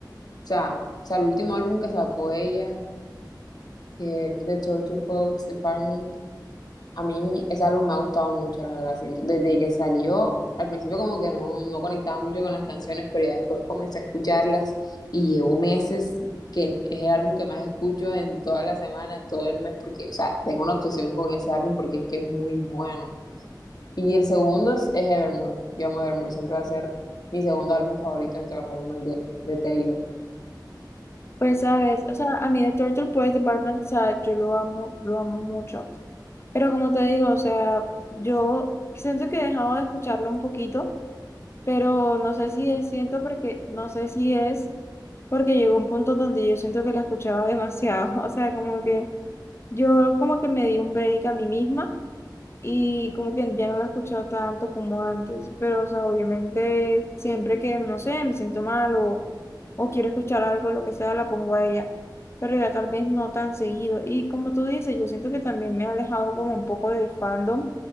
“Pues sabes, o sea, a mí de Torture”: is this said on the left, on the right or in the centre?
Left